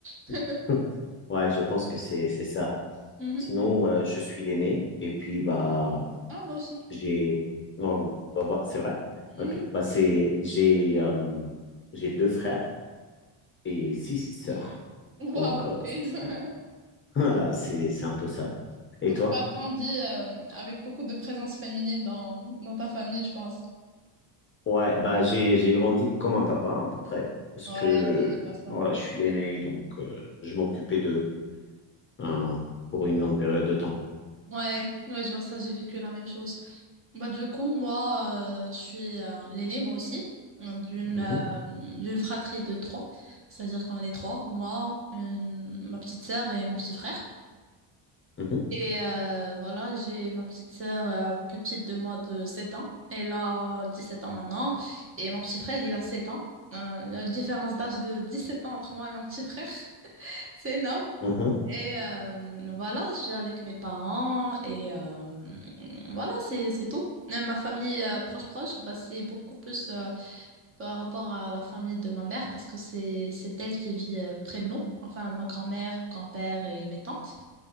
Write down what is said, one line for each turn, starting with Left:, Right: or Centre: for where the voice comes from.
Right: <laughs>
Left: <laughs> ouais, je pense que c'est, c'est ça.
Right: Mhm.
Left: Sinon, euh, je suis l'aîné, et puis, bah,
Right: Ah, moi aussi.
Left: j'ai, non, bah, bah, bah, c'est vrai?
Right: Mhm.
Left: Ok, bah, c'est, j'ai, euh, j'ai deux frères et six sœurs.
Right: Waouh,
Left: Donc, euh,
Right: ok.
Left: ça,
Right: <laughs>
Left: c'est- <laughs> voilà, c'est, c'est un peu ça.
Right: Donc,
Left: Et toi?
Right: tu as grandi euh, avec beaucoup de présence féminine dans, dans ta famille, je pense.
Left: Ouais, bah j'ai j'ai grandi comme un papa à peu près parce
Right: Ouais,
Left: que
Right: ouais, je vois ça.
Left: voilà, je suis l'aîné donc euh, je m'occupais d'eux euh, pour une longue période de temps.
Right: Ouais, ouais, je vois ça, j'ai vécu la même chose. Bah, du coup, moi, euh, je suis euh, l'aînée, moi aussi, euh, d'une
Left: Mhm,
Right: euh, d'une fratrie de trois. C'est-à-dire qu'on est trois, moi, une- ma petite sœur et mon petit frère.
Left: mhm,
Right: Et euh, voilà, j'ai ma petite sœur euh, plus petite de moi de 7 ans. Elle a 17 ans maintenant. Et mon petit frère, il a 7 ans. Euh, il y a une différence d'âge de 17 ans entre moi et mon petit frère. <laughs> C'est énorme.
Left: mhm,
Right: Et euh, voilà, je suis avec mes parents. Et euh, voilà, c'est, c'est tout. Et ma famille euh, proche proche, bah, c'est beaucoup plus... euh, par rapport à la famille de ma mère parce que c'est c'est elle qui vit euh, près de nous, enfin ma grand-mère, grand-père et mes tantes.